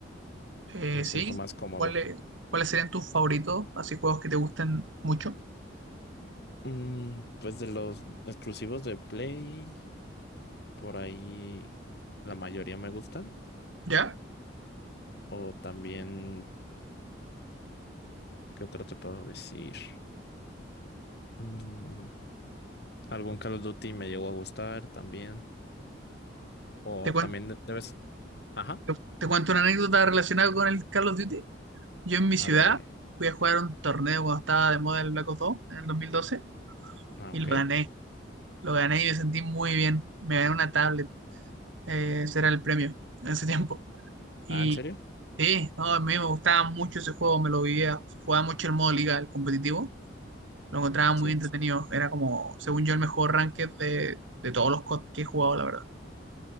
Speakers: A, on the right (about 85°); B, on the left (about 55°).
A: Eh,
B: Me
A: sí,
B: siento más cómodo.
A: ¿cuáles cuáles serían tus favoritos? Así juegos que te gusten mucho.
B: Mm, pues de los exclusivos de Play, por ahí la mayoría me gustan.
A: ¿Ya?
B: O también, ¿qué otra te puedo decir? Mm, algún Call of Duty me llegó a gustar también. O
A: Te cuento,
B: también de- debes... Ajá,
A: te, te cuento una anécdota relacionada con el Call of Duty. Yo en mi
B: a
A: ciudad
B: ver, dime.
A: fui a jugar un torneo cuando estaba de moda el Black Ops 2 en el 2012
B: Ah,
A: y
B: ok.
A: lo gané. Lo gané y me sentí muy bien. Me gané una tablet. eh, ese era el premio en ese tiempo. Y
B: Ah, ¿en serio?
A: sí, no, a mí me gustaba mucho ese juego, me lo vivía. Jugaba mucho el modo liga, el competitivo. Lo encontraba muy
B: Sí.
A: entretenido. Era como, según yo, el mejor ranked de, de todos los COD que he jugado, la verdad.